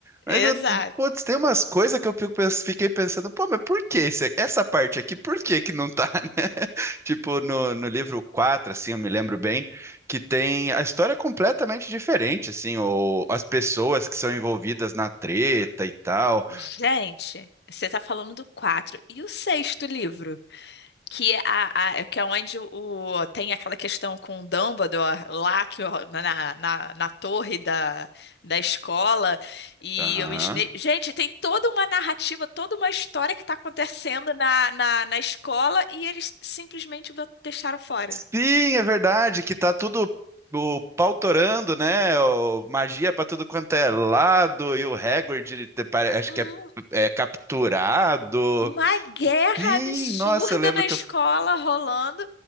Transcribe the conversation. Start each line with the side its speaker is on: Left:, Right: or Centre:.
Right: Mas,
Left: Exato.
Right: eu- putz, tem umas coisas que eu fico pens- fiquei pensando, pô, mas por que isso- essa parte aqui, por que que não tá, <laughs> né? Tipo, no, no livro 4, assim, eu me lembro bem, que tem a história é completamente diferente, assim, ou as pessoas que são envolvidas na treta e tal.
Left: Gente, você tá falando do quatro e o sexto livro, que é, a, a- é que é onde o, tem aquela questão com o Dumbledore lá que, o- na, na, na torre da, da escola e
Right: Aham.
Left: o Snape. Gente, tem toda uma narrativa, toda uma história que tá acontecendo na, na, na escola e eles simplesmente bo- deixaram fora.
Right: Sim, é verdade que tá tudo o pautorando, né? o- magia pra tudo quanto é lado e o Hagrid, ele te- pare- acho
Left: um-
Right: que é, é capturado.
Left: uma guerra
Right: Sim,
Left: absurda
Right: nossa, eu lembro
Left: na
Right: que
Left: escola
Right: eu,
Left: rolando.